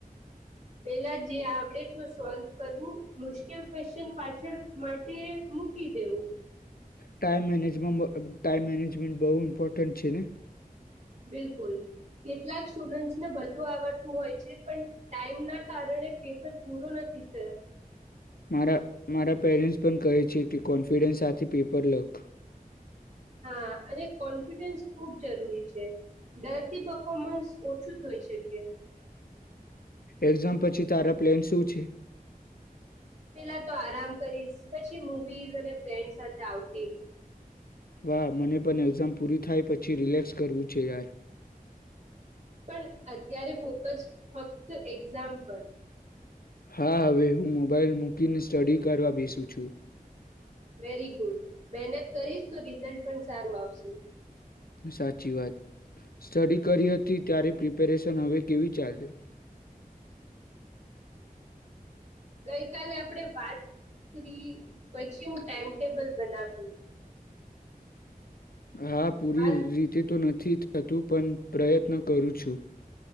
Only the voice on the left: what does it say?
ટાઈમ મેનેજમે ટાઈમ મેનેજમેન્ટ બહુ ઇમ્પોર્ટન્ટ છે ને
મારા મારા પેરેન્ટસ પણ કહે છે છે કે કોન્ફિડન્સ સાથે પેપર લક
એક્ઝામ પછી તારા પ્લેન શું છે
વાહ મને પણ એક્ઝામ પૂરી થાય પછી રિલેક્સ કરવું છે યાર
હા હવે હું મોબાાઈલ મૂકીને સ્ટડી કરવા બેસું છું
સાચી વાત સ્ટડી કરી હતી ત્યારે પ્રિપેરેશન હવે કેવી ચાલે
હા પૂરી
રીતે તો નથી થી થતું પણ પ્રયત્ન કરું છું